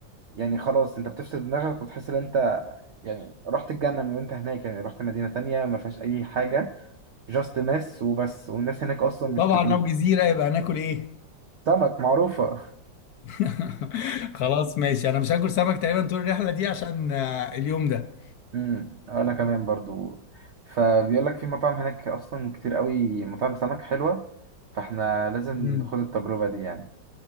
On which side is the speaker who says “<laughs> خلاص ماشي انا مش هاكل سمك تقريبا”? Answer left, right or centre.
Left